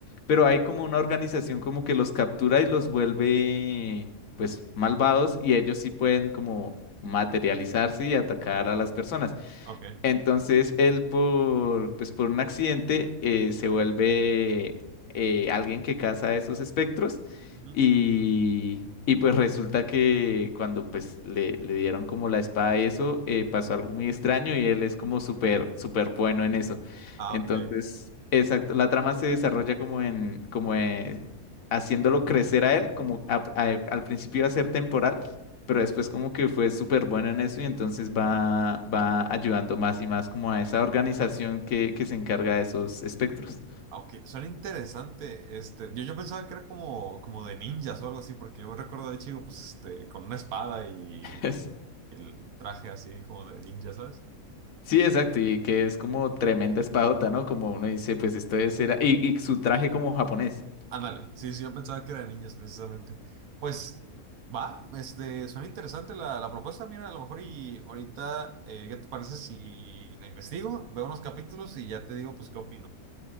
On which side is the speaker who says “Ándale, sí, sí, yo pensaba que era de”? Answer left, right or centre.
Right